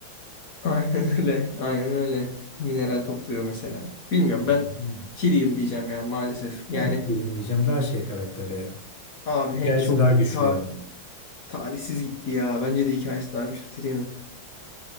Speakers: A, on the left; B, on the left.
A: <laughs> Aynen öyle. Aynen öyle. Mineral topluyor mesela. Bilmiyorum
B: Aynen
A: ben
B: öyle.
A: Tyrion diyeceğim ya maalesef. Yani
B: Ben de Tyrion diyeceğim daha şey karakter ya.
A: abi
B: Hikayesi
A: Hank çok
B: daha güçlü
A: ta
B: yani.
A: talihsiz gitti ya. Bence de hikayesi daha güçlü Tyrion'un.